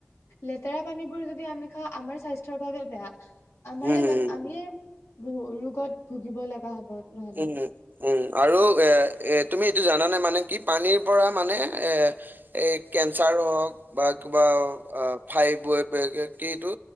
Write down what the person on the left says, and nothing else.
লেতেৰা পানীবোৰ যদি আমি খাওঁ আমাৰ স্বাস্থ্যৰ বাবে বেয়া আমাৰে
ব <unintelligible> আমি ব <unintelligible> ৰোগত ভুগিব লগা হব নহ'লে।